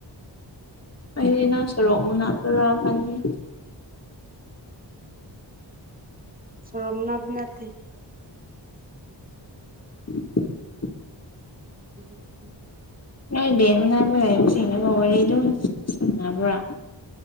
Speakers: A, on the left; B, on the right.
A: ꯑꯩꯗꯤ ꯅꯪ ꯁꯣꯔꯣꯛ ꯃꯅꯥꯛꯇꯔ ꯈꯟꯕꯅꯤ
B: ꯁꯣꯔꯣꯝ ꯃꯅꯥꯛꯇ ꯅꯠꯇꯦ
A: <inaudible>
B: ꯎꯝ
A: ꯅꯣꯏꯗꯦ ꯃꯅꯥꯛꯇ ꯂꯩꯕꯁꯤꯡꯗꯨꯒ ꯋꯥꯔꯤ ꯑꯗꯨꯝ ꯁꯥꯅꯕ꯭ꯔꯥ